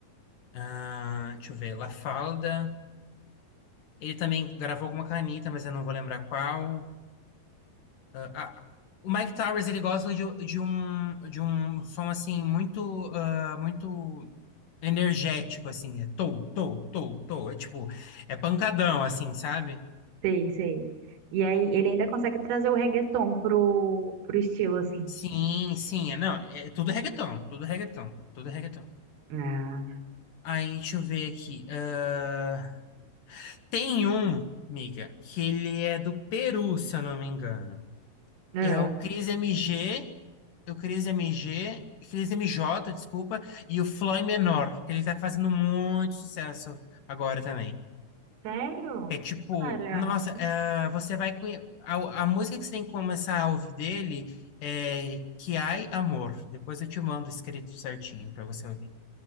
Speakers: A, on the left; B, on the right.
A: Ah, deixa eu ver, La Falda. Ele também gravou alguma canita, mas eu não vou lembrar qual. Ah, ah, o Mike Towers, ele gosta de, de um, de um som, assim, muito, ah, muito energético, assim. É tou, tou, tou, tou. É tipo, é pancadão, assim, sabe?
B: Sei, sei. E aí, ele ainda consegue trazer o reggaeton pro, pro estilo, assim.
A: Sim, sim. É, não, é tudo reggaeton, tudo reggaeton, tudo reggaeton.
B: Ah,
A: Aí, deixa eu ver aqui. ah, tem um, miga, que ele é do Peru, se eu não me engano.
B: ah.
A: É o Cris MG o Cris MG, Cris M J, desculpa, e o Floyd Menor, que ele tá fazendo muito sucesso agora também.
B: Sério?
A: É tipo,
B: Cara.
A: nossa, é, você vai conhe- a, a música que você tem que começar a ouvir dele é Que Ai Amor. Depois eu te mando escrito certinho pra você ouvir.